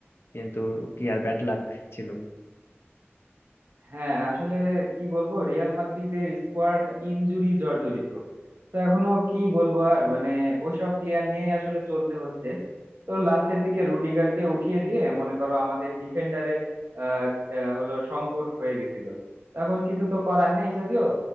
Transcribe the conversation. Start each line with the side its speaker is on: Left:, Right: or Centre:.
Left: কিন্তু কি আর ব্যাড লাক ছিল
Right: হ্যাঁ আসলে কি বলবো রিয়াল মাদ্রিদের স্কোয়াড ইনজুরি জর্জরিত তো এখনো কি বলবো আর মানে ওইসব প্লেয়ার নিয়েই আসলে চলতে হচ্ছে তো লাস্টের দিকে রুডিগারকে উঠিয়ে দিয়ে মনে করো আমাদের ডিফেন্ডারের আহ আহ, হলো সংকট হয়ে গেছিল তখন কিছু তো করার নেই যদিও